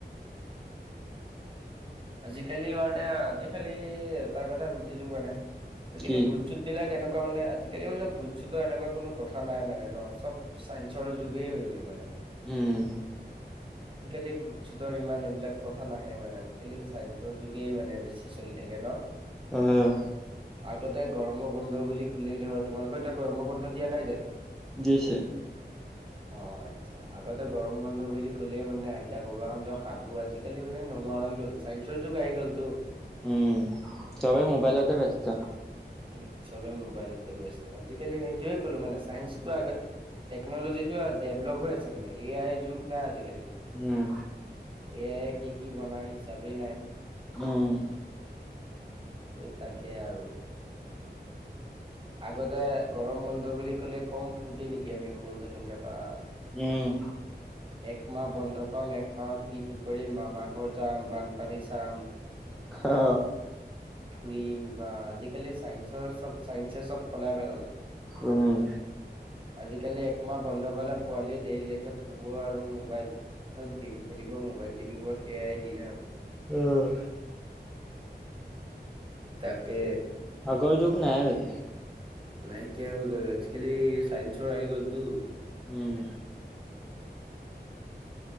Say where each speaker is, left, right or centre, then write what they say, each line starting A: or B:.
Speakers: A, on the right (about 30°); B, in the centre.
A: আজিকালি বাৰতে আজি খালি এটা কথা বুজিলো মানে আজিকালি
B: কি
A: ভুট চুত বিলাক কেনেকুৱা মানে আজিকালি মানে ভুত চুতৰ এনেকুৱা কোনো কথা নাই মানে ন চব চাইন্সৰ যুগে হৈ গ'ল মানে।
B: উম
A: আজিকালি ভুট চুতৰ ইমান এইবিলাক কথা নাহে মানে আজ- আজিকালি চাইন্সৰ যোগেই মানে বেছি চলি থাকে ন।
B: আহ
A: আগতে গৰম বন্ধ বুলি কলেই ধৰ তোমালোকৰ এতিয়া গৰম বন্ধ দিয়া নাই জানো।
B: দিছে
A: অ আচ্ছা আগতে গৰম বন্ধ বুলি ক'লে মানে আইতা ককাহতৰ সাধু আজিকালি মানে নোহোৱা হৈ গ'ল। চাইন্সৰ যোগ আহি গ'ল তো।
B: উম চবে মোবাইলতে ব্যস্ত
A: উ চবে মোবাইলে তে ব্যস্ত আজিকালি সেইটোয়ে ক'লো মানে চাইন্সটো আগত টেকন'লজি টো ডেভলপ হৈ আছে মানে এ আইৰ যুগ নাই আজিকালি
B: উম
A: এয়াই কি কি বনাই হিচাপেই নাই।
B: উম
A: সে তাকেই আৰু আগতে গৰম বন্ধ বুলি কলে কম ফূৰ্তি নেকি আমি সৰু থাকোতে বা
B: উম
A: এক মাহ বন্ধ পাম এক মাহত কি কি কৰি মামা ঘৰ যাম বানপানী চাম। <inaudible>
B: অ
A: ফুৰিম বা আজিকালি চাইন্সৰ চব চাইন্সে চব সলাই পেলালে।
B: উম
A: আজিকালি একমাহ বন্ধ পালে পোৱালি দেৰিলৈকে শুব আৰু মোবাইলত গেম খেলিব মোবাইল টিভিবোৰ সেয়াই দিন আৰু
B: উম
A: তাকে
B: আগৰ যোগ নাই আৰু এতিয়া
A: নাইকিয়া হৈ গ'ল আজিকালি চাইন্সৰ আহি গ'লতো। <inaudible>
B: উম